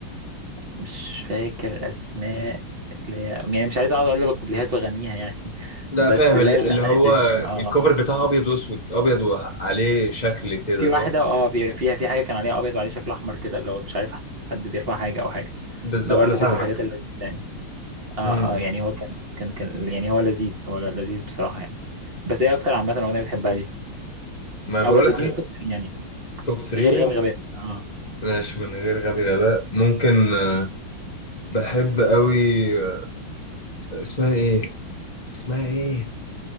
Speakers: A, on the right (about 35°); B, on the left (about 35°).
A: مش فاكر اسماء اللي هي يعني مش عايز اقعد اقول لك الكوبليهات واغنيها يعني <laughs>
B: لا
A: بس
B: فاهم
A: اللي
B: ال-
A: هي الاغاني
B: اللي هو
A: القديمه اه
B: الكوفر
A: آه.
B: بتاعها ابيض واسود ابيض وعليه شكل كده
A: في واحده
B: صح
A: اه في فيها في حاجه كان عليها ابيض وعليه شكل احمر كده اللي هو مش عارف حد بيرفع حاجه او حاجه
B: بالظبط
A: ده برضو
B: انا فاهمك
A: كانت الحاجات اللذيذه يعني اه
B: امم
A: اه يعني هو كان كان كان يعني هو لذيذ هو لذيذ بصراحه يعني بس ايه اكتر عامه اغنيه بتحبها دي
B: ما بقولك
A: او لو اديني التوب 3 يعني
B: توب 3
A: غير غبي غباء اه
B: ماشي من غير غبي غباء ممكن آه، بحب قوي آه، اسمها ايه اسمها ايه